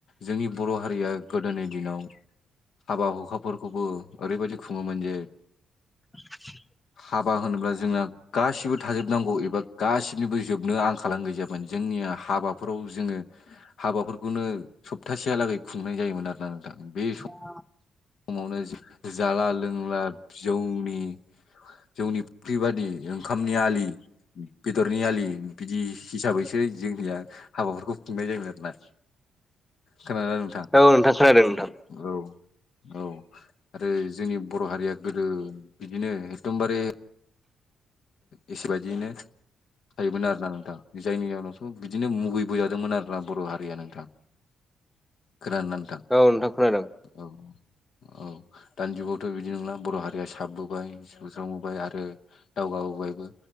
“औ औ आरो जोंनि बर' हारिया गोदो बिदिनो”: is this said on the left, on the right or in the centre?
Left